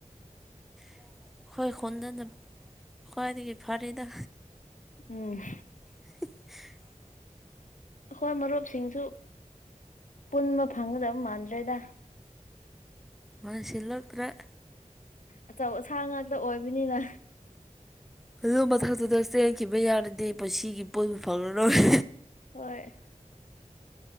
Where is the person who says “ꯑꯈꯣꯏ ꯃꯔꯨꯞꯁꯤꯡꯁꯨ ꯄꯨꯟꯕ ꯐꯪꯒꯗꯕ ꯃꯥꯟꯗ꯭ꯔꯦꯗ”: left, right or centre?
Left